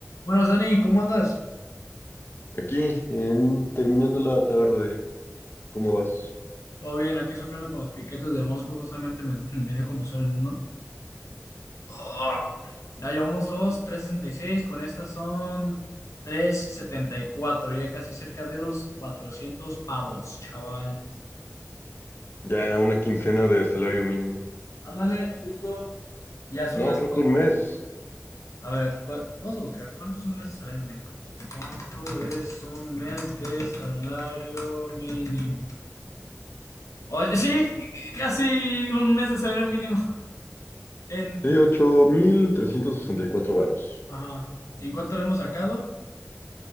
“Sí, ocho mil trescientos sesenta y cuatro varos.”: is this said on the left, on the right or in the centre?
Left